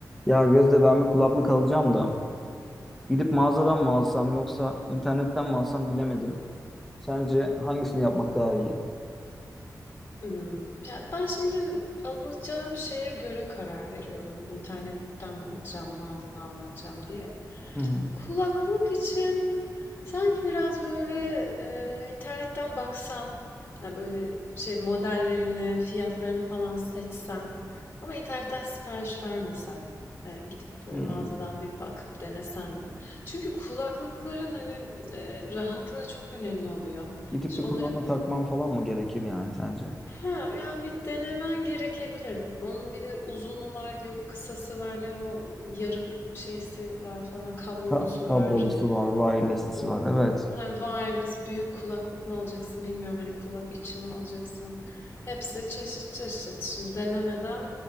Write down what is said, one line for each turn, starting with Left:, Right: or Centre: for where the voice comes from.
Centre: Ya Gözde ben bir kulaklık alacağım da gidip mağazadan mı alsam yoksa internetten mi alsam bilemedim. Sence hangisini yapmak daha iyi?
Left: Imm, ya, ben şimdi alacağım şeye göre karar veriyorum. İnternetten mi alacağım, mağazadan mı alacağım diye.
Centre: Hı hı.
Left: Kulaklık için sanki biraz böyle, eee, internetten baksan, hani, böyle, şey, modellerini, fiyatlarını falan seçsen ama internetten sipariş vermesen, eee, gidip böyle
Centre: Hmm.
Left: mağazadan bir bakıp denesen mi? Çünkü kulaklıkların, hani, eee, rahatlığı çok önemli oluyor.
Centre: Gidip
Left: İşte,
Centre: bir
Left: onların
Centre: kulağıma takmam falan mı gerekir yani sence?
Left: Ha, yani bir denemen gerekebilir. Onun bir de uzunu var, yok kısası var, ne o yarım şeysi var falan, kablolusu
Centre: Ka kablolusu
Left: var.
Centre: var, wireless'lısı
Left: O
Centre: var. Evet.
Left: ha, wireless büyük kulaklık mı alacaksın bilmiyorum. Hani kulak içi mi alacaksın? Hepsi çeşit çeşit. Şimdi denemeden